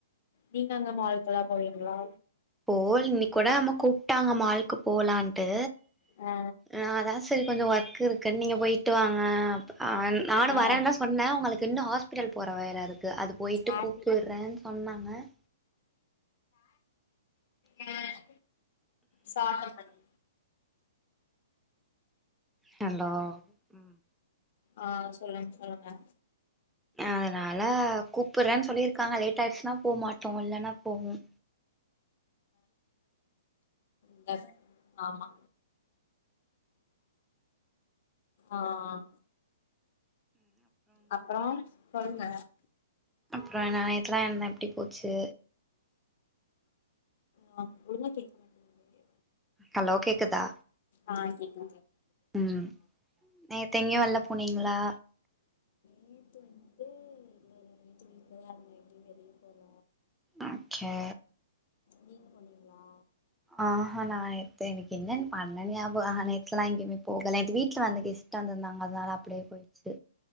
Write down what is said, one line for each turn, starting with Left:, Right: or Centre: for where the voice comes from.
Left: நீங்க அங்க மாலுக்கல்லா போவீங்களா
Centre: போல் இன்னக்கி கூட அம்மா கூப்ட்டாங்க மாலுக்கு போலான்ட்டு
Left: ஆ
Centre: ஆஹ் அதா சரி கொஞ்ச ஒர்க் இருக்குன்னு நீங்க போயிட்டு வாங்க ஆ நானு
Left: ஆ
Centre: வரேன்னுதா சொன்னே அவுங்களுக்கு இன்னு ஹாஸ்பிட்டல் போற வேலை இருக்கு அது போயிட்டு
Left: சாட்
Centre: கூப்புடுறேன்னு
Left: ஜி
Centre: சொன்னா ஆ
Left: உஹ் சாட்ட மணி
Centre: ஹலோ உம்
Left: ஆஹ் சொல்லுங்க சொல்லுங்க
Centre: அதனால கூப்பிடுறேன்னு சொல்லியிருக்காங்க லேட் ஆயிடுச்சுன்னா போக மாட்டோம் இல்லன்னா போவோம்
Left: ஆஹ் ஆமா ஆஹ் அப்புறம் சொல்லுங்க
Centre: அப்புறம் என்ன நேத்துலாம் என்ன எப்படி போச்சு
Left: ஆஹ் ஒழுங்கா கேட்க மாட்டேது
Centre: ஹலோ கேக்குதா
Left: ஆஹ் கேக்கு
Centre: உம் ந் நேத்து எங்கும் வெளில போனிங்களா
Left: வீட்ல வீட்ல தான்இருந்தேன் எங்க வெளிய போல
Centre: ஓகே
Left: நீங்க பண்ணீங்களா
Centre: ஆஹஹா நான் நேத்து எனக்கு என்னன்னு பண்ணே ஆஹ நேத்துல்லாம் எங்கேயுமே போகல நேத்து வீட்டுல வந்து கெஸ்ட் வந்திருந்தாங்க அதனால அப்படியே போயிடுச்சு